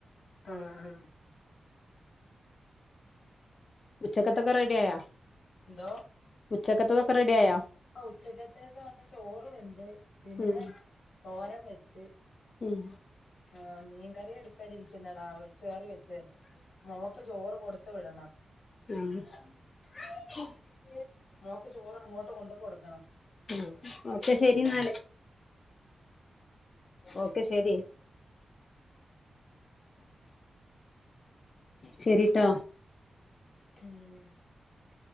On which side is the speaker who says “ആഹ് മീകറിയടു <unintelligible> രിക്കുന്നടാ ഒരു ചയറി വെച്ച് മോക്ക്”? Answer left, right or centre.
Left